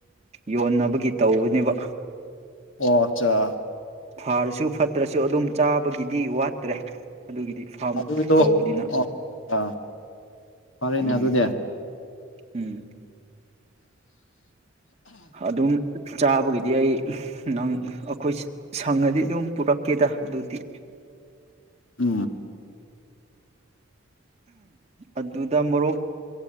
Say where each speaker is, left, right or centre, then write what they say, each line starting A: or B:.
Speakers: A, on the right; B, on the left.
A: ꯌꯣꯟꯅꯕꯒꯤ ꯇꯧꯕꯅꯦꯕ
B: ꯑꯣ ꯑꯆꯥ
A: ꯐꯔꯁꯨ ꯐꯠꯇ꯭ꯔꯁꯨ ꯑꯗꯨꯝ ꯆꯥꯕꯒꯤꯗꯤ ꯋꯥꯠꯇ꯭ꯔꯦ ꯑꯗꯨꯒꯤꯗꯤ ꯐꯥꯝ
B: ꯑꯗꯨꯒꯤꯗꯣ
A: ꯇꯧꯕꯅꯤꯅ
B: ꯑꯣ ꯑꯥ ꯐꯔꯦꯅꯦ
A: ꯎꯝ
B: ꯑꯗꯨꯗꯤ
A: ꯎꯝ ꯑꯗꯨꯝ ꯆꯥꯕꯒꯤ ꯗꯤ ꯑꯩ ꯅꯪ ꯑꯩꯈꯣꯏ ꯁꯪꯉꯗꯤ ꯑꯗꯨꯝ ꯄꯨꯔꯛꯀꯦꯗ ꯑꯗꯨꯗꯤ
B: ꯑ
A: ꯑꯗꯨꯗ ꯃꯣꯔꯣꯛ